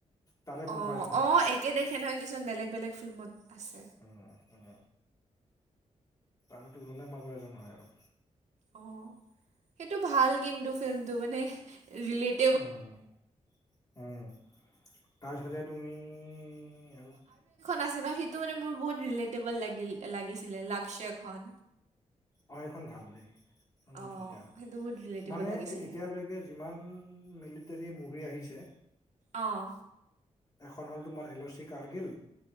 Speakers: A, on the left; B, on the right.
A: তাৰে কোনোবা
B: অ',
A: এজন হয়
B: অ', একে দেখে নহয়, কিছুমান বেলেগ, বেলেগ ফিল্মত আছে।
A: উম উম, তাৰে দুজনে মাজৰ এজন হয় আৰু।
B: অ' সেইটো ভাল কিন্তু ফিল্মটো মানে ৰিলেট
A: উম, উম। তাৰপিছতে তুমি আৰু
B: <unintelligible> তো মানে মোৰ বহুত ৰিলেটেবল লাগিল লাগিছিলে লাকছেয়খন
A: অ সেইখন ভাল দেই সেইখন বৰ
B: অঁ
A: ধুনীয়া হয়।
B: সেইটো বহুত ৰিলেটেবল
A: মানে
B: লাগিছিলে
A: এতিয়ালৈকে যিমান মিলিটৰী মুভি আহিছে
B: অঁ
A: এখন হ'ল তোমাৰ এল' চি কাৰ্গিল